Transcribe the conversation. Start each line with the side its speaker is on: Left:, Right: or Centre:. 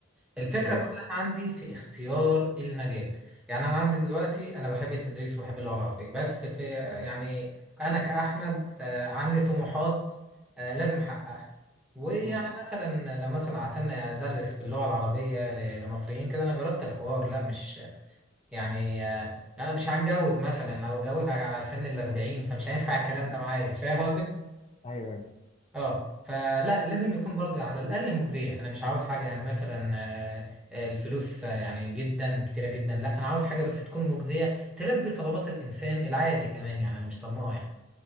Centre: الفكرة
Left: تمام
Centre: كلها عندي في اختيار المجال يعني أنا عندي دلوقتي أنا بحب التدريس وبحب اللغة العربية بس في يعني أنا كأحمد آه، عندي طموحات آه، لازم أحققها ويعني
Left: مم.
Centre: مثلا لو مثلا عتلنا أدرس باللغة العربية ل- لمصريين كده أنا جربت الحوار لا مش يعني آه، أنا مش هتجوز مثلا لو اتجوز على سن الأربعين فمش هينفع الكلام ده معايا فاهم
Left: ايوه ايوه
Centre: اه فلا لازم يكون برضه على الاقل مجزيه انا مش عاوز حاجه يعني مثلا آه، آه، الفلوس آه، يعني جدا كتيره جدا لا انا عاوز حاجه بس تكون مجزيه تلبي طلبات الانسان العادي كمان يعني انا مش طماع يعني